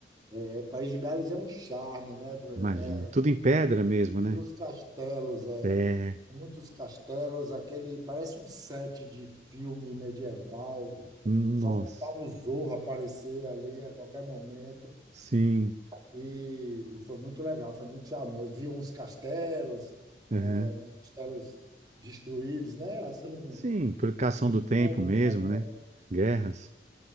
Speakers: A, on the right; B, on the right.
A: É, País de Gales é um charme, né?
B: Imagino.
A: É,
B: Tudo em pedra mesmo,
A: E
B: né?
A: dos castelos, é,
B: É.
A: muitos castelos, aquele parece um set de filme medieval.
B: Nossa.
A: Só faltava o Zorro aparecer ali a qualquer momento.
B: Sim.
A: E, e foi muito legal, foi muito charmoso. Vi uns castelos,
B: Aham.
A: é, uns castelos destruídos, né? Assim,
B: Sim, por
A: os
B: cação
A: escombros
B: do tempo mesmo,
A: ainda.
B: né? Guerras.